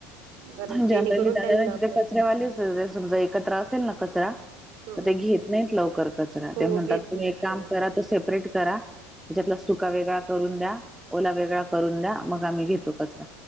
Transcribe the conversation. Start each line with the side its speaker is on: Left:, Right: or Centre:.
Right: कारण की जेणेकरून
Centre: जनरली दादा
Right: त्यांना
Centre: <unintelligible>
Right: आपण
Centre: कचऱ्यावाले असते समजा एकत्र असेल ना कचरा
Right: हो
Centre: मग ते घेत नाहीत लवकर कचरा
Right: हो
Centre: ते म्हणतात
Right: घेत
Centre: तुम्ही
Right: नाहीत
Centre: एक काम
Right: हो
Centre: करा तो सेपरेट करा. त्याच्यातला सुका वेगळा करून द्या, ओला वेगळा करून द्या मग आम्ही घेतो कचरा.